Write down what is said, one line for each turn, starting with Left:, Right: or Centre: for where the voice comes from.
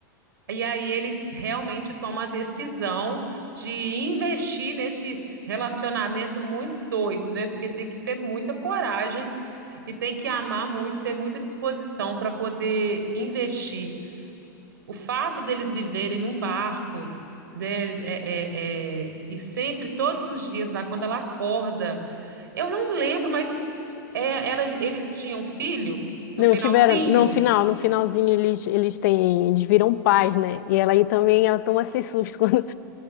Right: E aí ele realmente toma a decisão de investir nesse relacionamento muito doido, né? Porque tem que ter muita coragem e tem que amar muito, ter muita disposição para poder investir. O fato deles viverem num barco, né? é- é- é, e sempre, todos os dias, lá quando ela acorda. Eu não lembro, mas é, ela- eles tinham um filho no
Left: Não,
Right: finalzinho,
Left: tiveram, no final, no finalzinho eles, eles têm, eles viram pais, né? E ela aí também, ela toma esse susto <laughs> quando